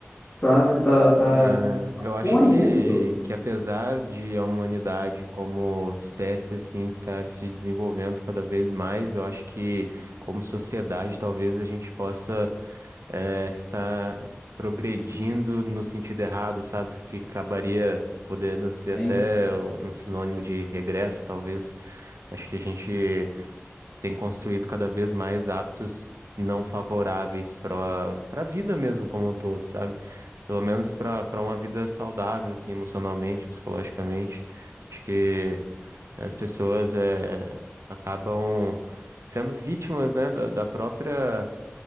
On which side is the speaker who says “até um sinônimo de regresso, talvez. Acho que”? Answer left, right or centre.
Right